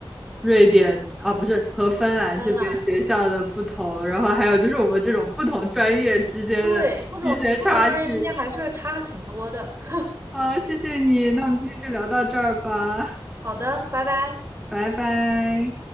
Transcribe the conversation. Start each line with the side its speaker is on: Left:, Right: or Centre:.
Centre: 瑞典啊，不是和芬兰这边学校的不同，
Right: 芬兰，
Centre: 然后还有就是我们这种不同专业之间的一些差距
Right: 对，不同不同专业之间还是差挺多的。<laughs>
Centre: 啊！谢谢你，那我们今天就聊到这儿吧，
Right: 好的，拜拜。
Centre: 拜拜。